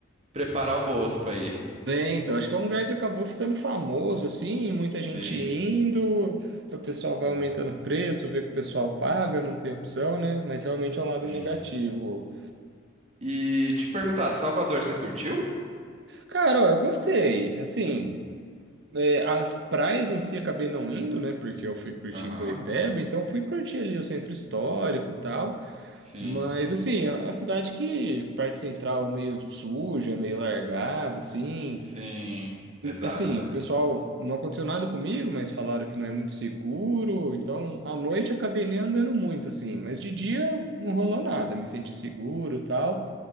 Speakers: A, on the right (about 30°); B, on the right (about 55°).
A: preparar o bolso pra ir.
B: É, então, acho que é um lugar que acabou ficando famoso, assim, muita gente
A: Sim,
B: indo, o pessoal vai
A: sim,
B: aumentando o preço, vê que o pessoal paga, não tem opção, né? Mas realmente é um lado
A: sim.
B: negativo.
A: E te perguntar, Salvador, você curtiu?
B: Cara, ó, eu gostei, assim, é, as praias em si acabei não indo, né? Porque eu fui curtir
A: Aham,
B: em Boipeba, então fui curtir ali o centro histórico e tal,
A: sim,
B: mas, assim, a a cidade que parte central meio suja, meio largada, assim...
A: sim, exato,
B: Assim, pessoal, não aconteceu nada comigo, mas falaram que não é muito seguro. Então, à noite eu acabei nem andando muito, assim. Mas de dia não rolou nada, me senti seguro e tal.